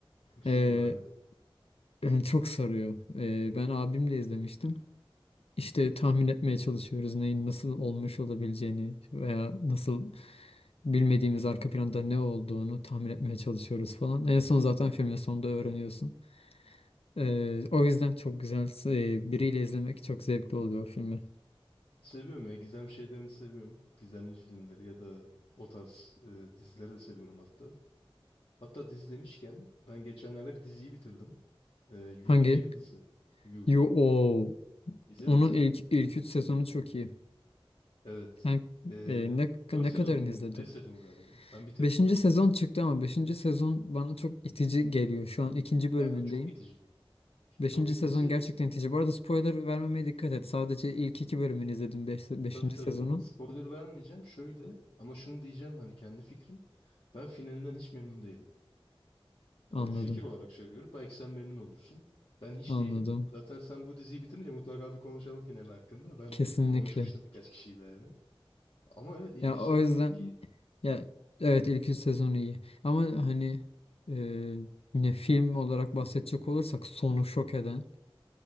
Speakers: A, on the left; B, on the left.
A: Güzel
B: Ee,
A: olur evet.
B: yani çok sarıyor. Ee, ben abimle izlemiştim. İşte tahmin etmeye çalışıyoruz neyin nasıl olmuş olabileceğini veya nasıl bilmediğimiz arka planda ne olduğunu tahmin etmeye çalışıyoruz falan. En son zaten filmin sonunda öğreniyorsun. Ee, o yüzden çok güzel. Ee, biriyle izlemek çok zevkli oluyor o filmi.
A: Seviyorum ya gizem şeylerini seviyorum. Gizemli filmleri ya da o tarz e, dizileri de seviyorum hatta. Hatta dizi demişken ben geçenlerde bir diziyi bitirdim. Ee,
B: Hangi
A: You diye bir dizi. You.
B: Yo, o
A: İzledin
B: onun
A: mi sen?
B: ilk ilk 3 sezonu çok iyi.
A: Evet.
B: Yani,
A: Ee,
B: e, ne
A: 4
B: ne
A: sezon
B: kadarını
A: mu?
B: izledin?
A: 5 sezon galiba. Ben bitirdim.
B: Beşinci sezon çıktı ama beşinci sezon bana çok itici geliyor. Şu an ikinci bölümündeyim.
A: Kanka çok itici.
B: Beşinci
A: Çok itici.
B: sezon gerçekten itici. Bu arada spoiler vermemeye dikkat et. Sadece ilk iki bölümünü izledim beş, beşinci
A: Tabii tabii.
B: sezonun.
A: Spoiler vermeyeceğim. Şöyle ama şunu diyeceğim hani kendi fikrim. Ben finalinden hiç memnun değilim.
B: Anladım.
A: O fikir olarak söylüyorum. Belki sen memnun olursun. Ben hiç
B: Anladım.
A: değilim. Zaten sen bu diziyi bitirince mutlaka bir konuşalım final hakkında. Ben
B: Kesinlikle.
A: konuşmuştum birkaç kişiyle yani. Ama evet ilk
B: Ya
A: üç
B: o
A: sezon
B: yüzden
A: çok iyi
B: ya evet ilk 3 sezonu iyi. Ama hani e, ne film olarak bahsedecek olursak sonu şok eden